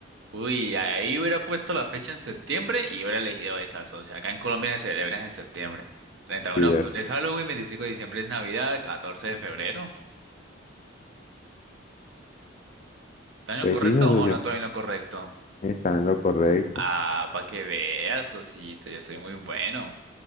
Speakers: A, on the right; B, on the left.
A: uy, ahí hubiera puesto la fecha en septiembre y hubiera elegido esa, socio. Acá en Colombia se celebra en septiembre. treinta
B: Y
A: y uno
B: las-
A: de octubre es Halloween, 25 de diciembre es Navidad, 14 de febrero. ¿Está en
B: pues
A: lo correcto
B: sí, socio,
A: o no estoy en lo correcto?
B: está en lo correcto.
A: Ah, para que veas, Sosito, yo soy muy bueno.